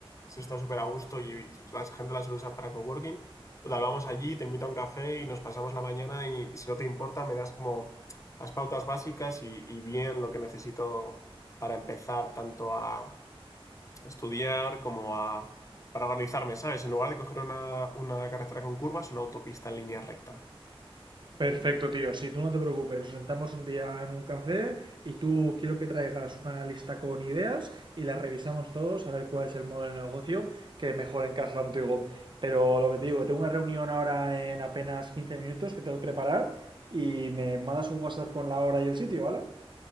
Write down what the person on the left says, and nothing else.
se está súper a gusto y la gente la suele usar para coworking. Total, vamos allí, te invito a un café y nos pasamos la mañana y si no te importa me das como las pautas básicas y, y bien lo que necesito para empezar tanto a estudiar como a para organizarme, ¿sabes? En lugar de coger una, una carretera con curvas, una autopista en línea recta.